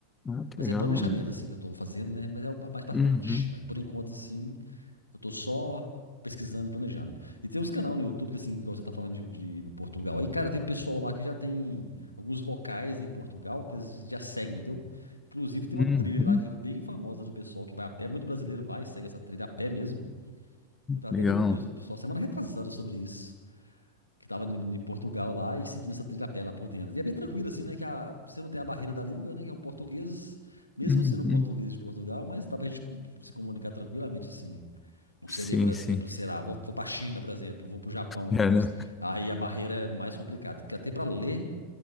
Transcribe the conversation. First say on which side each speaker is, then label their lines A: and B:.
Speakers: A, on the left; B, on the left.
A: Ah, que
B: Mas
A: legal.
B: é planejamento, assim, que eu tô fazendo, né? Mas é o- mais pra
A: Uhum.
B: frente. Mas por enquanto, assim, eu tô só pesquisando e planejando. E tem uns canal no YouTube, que assim, igual você tá falando de, de Portugal. Aí, cara, tem um pessoal lá que já tem alguns locais em Portugal que eles já seguem, entendeu? Inclusive tem
A: Uhum.
B: uma trilha lá que- é bem famosa do pessoal que vai a pé, muito brasileiro vai e segue essa trilha a pé mesmo. Eu tava
A: Legal.
B: até vendo um pessoal pessoal semana retrasada sobre isso, que tava em em Portugal lá e seguindo essa trilha a pé lá por dentro. E é bem tranquilo assim, né, que a- você não tem a barreira da língua, né, que é o português, mesmo
A: Uhum.
B: sendo um português de Portugal, mas dá pra gente se comunicar tranquilamente assim. Não
A: Sim,
B: seria, por exemplo,
A: sim. <laughs>
B: será, vou, vou para a China, por exemplo, vou para o Japão.
A: É, né?
B: Aí a barreira é mais complicada, porque até para ler